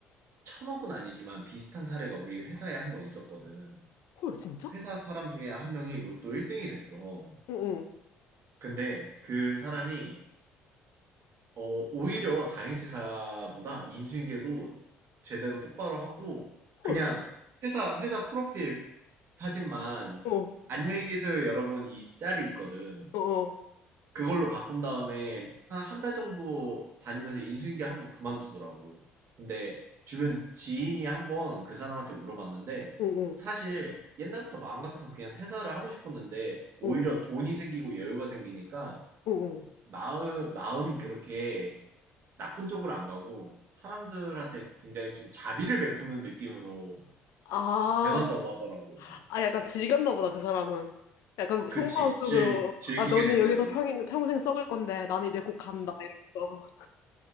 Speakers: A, on the right; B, on the left.
A: 천억은 아니지만 비슷한 사례가 우리 회사에 한 번 있었거든.
B: 헐, 진짜?
A: 회사 사람 중에 한 명이 로또 1등이 됐어.
B: 응, 응,
A: 근데 그 사람이 어, 오히려 당일 퇴사보다 인수인계도 제대로 똑바로 하고 그냥
B: 헐.
A: 회사 회사 프로필 사진만
B: 어,
A: 안녕히 계세요 여러분 이 짤이 있거든.
B: 어, 어,
A: 그걸로 바꾼 다음에 한 한 달 정도 다니면서 인수인계하고 그만두더라고. 근데 주변 지인이 한번 그 사람한테 물어봤는데 음.
B: 응, 응,
A: 사실 옛날부터 마음 같아서 그냥 퇴사를 하고 싶었는데 오히려
B: 응,
A: 돈이 생기고 여유가 생기니까
B: 응, 응.
A: 마음, 마음이 그렇게 나쁜 쪽으로 안 가고 사람들한테 굉장히 좀 자비를 베푸는 느낌으로
B: 아,
A: 변한다고 하더라고.
B: 아, 약간 즐겼나 보다, 그 사람은. 약간 속마음속으로,
A: 그치. 즐, 즐기게
B: 아, 너는
A: 된
B: 여기서
A: 거지.
B: 평, 평생 썩을 건데, 나는 이제 곧 간다, 이러면서.